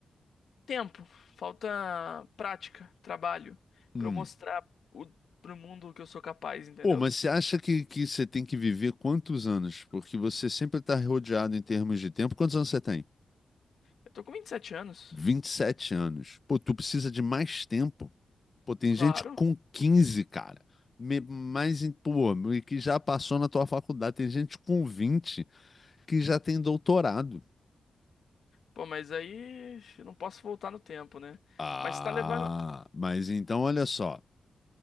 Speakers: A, on the left (about 70°); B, on the left (about 40°).
A: Tempo. Falta prática, trabalho.
B: Hum.
A: Pra eu mostrar o, pro mundo que eu sou capaz, entendeu?
B: Pô, mas você acha que, que você tem que viver quantos anos? Porque você sempre está rodeado em termos de tempo. Quantos anos você tem?
A: Eu tô com 27 anos.
B: vinte e sete anos. Pô, tu precisa de mais tempo. Pô, tem
A: Claro.
B: gente com 15 cara. Me- Mais, em- pô, e que já passou na tua faculdade. Tem gente com 20 que já tem doutorado.
A: Pô, mas aí eu não posso voltar no tempo, né?
B: Ah,
A: Mas tá levando.
B: mas então olha só.